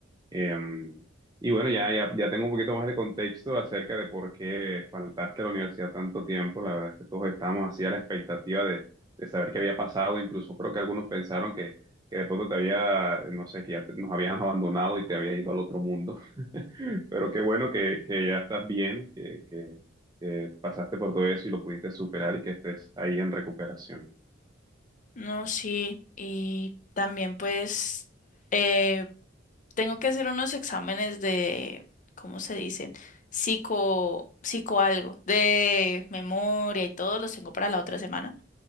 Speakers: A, on the right; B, on the left.
A: Em, y bueno, ya, ya, ya tengo un poquito más de contexto acerca de por qué faltaste a la universidad tanto tiempo. La verdad es que todos estábamos así a la expectativa de, de saber qué había pasado. Incluso creo que algunos pensaron que, que de pronto te había, no sé, que ya te- nos habían abandonado y te habías ido al otro mundo. <laughs> Pero qué bueno que, que ya estás bien, que, que que pasaste por todo eso y lo pudiste superar y que estés ahí en recuperación.
B: No, sí, y también pues eh, tengo que hacer unos exámenes de, ¿cómo se dicen? Psico, psico algo, de memoria y todo, los tengo para la otra semana.